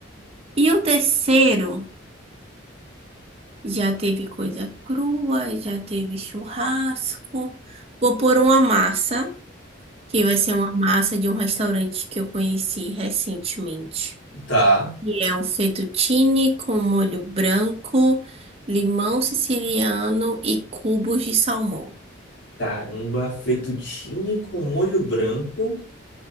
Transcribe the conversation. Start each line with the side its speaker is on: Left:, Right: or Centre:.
Right: E o terceiro já teve coisa crua, já teve churrasco. Vou pôr uma massa. que vai ser uma massa de um restaurante que eu conheci recentemente.
Left: Tá.
Right: E é um fettuccine com molho branco, limão siciliano e cubos de salmão.
Left: Caramba, fettuccine com molho branco.